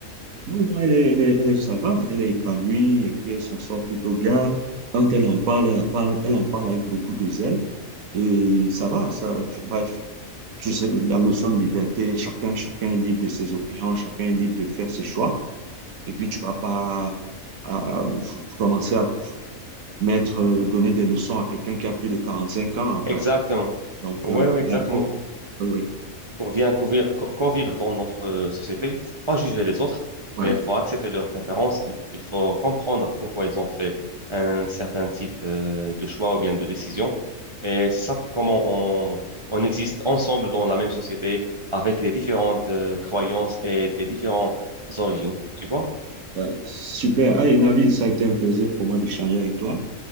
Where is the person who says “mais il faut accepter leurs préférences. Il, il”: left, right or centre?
Right